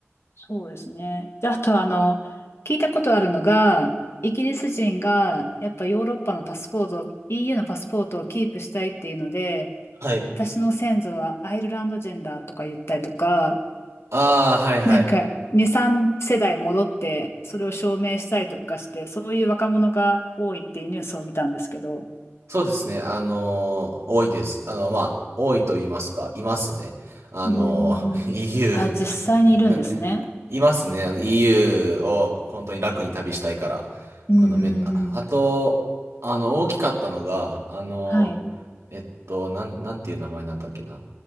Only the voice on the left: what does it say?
そうですね。で、あとあの、聞いたことあるのが、イギリス人がやっぱヨーロッパのパスポートを、EU のパスポートをキープしたいっていうので、
私の先祖はアイルランド人だとか言ったりとか、
なんか2、3世代戻ってそれを証明したりとかして、そういう若者が多いっていうニュースを見たんですけど。
うー
ん。
あ、実際にいるんですね。
うんうんうん。
はい。